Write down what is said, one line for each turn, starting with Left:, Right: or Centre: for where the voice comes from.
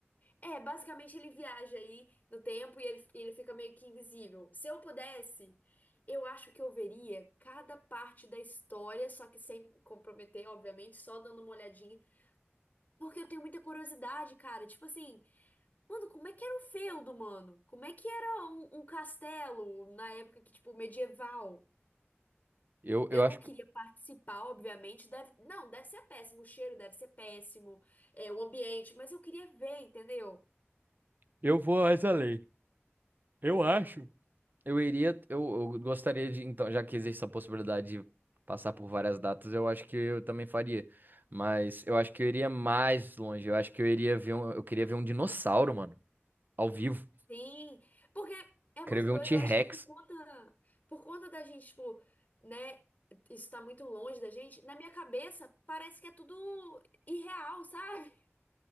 Left: É, basicamente ele viaja aí no tempo e ele, ele fica meio que invisível. Se eu pudesse, eu acho que eu veria cada parte da história, só que sem comprometer, obviamente, só dando uma olhadinha. Porque eu tenho muita curiosidade, cara. Tipo assim, mano, como é que era o feudo, mano? Como é que era um, um castelo na época que, tipo, medieval?
Right: Eu,
Left: Eu
Right: eu
Left: não
Right: acho
Left: queria
Right: que
Left: participar, obviamente. Deve, não, deve ser péssimo. O cheiro deve ser péssimo, é, o ambiente, mas eu queria ver, entendeu?
Right: eu vou às além. Eu
Left: Hum.
Right: acho. Eu iria, eu, eu gostaria de, então, já que existe essa possibilidade de passar por várias datas, eu acho que eu também faria. Mas eu acho que eu iria mais longe. Eu acho que eu iria ver um, eu queria ver um dinossauro, mano, ao vivo.
Left: Sim, porque é muito
Right: Queria ver
Left: doido,
Right: um T-Rex.
Left: eu acho que é por conta, por conta da gente, tipo, né, isso tá muito longe da gente, na minha cabeça parece que é tudo irreal, <laughs> sabe?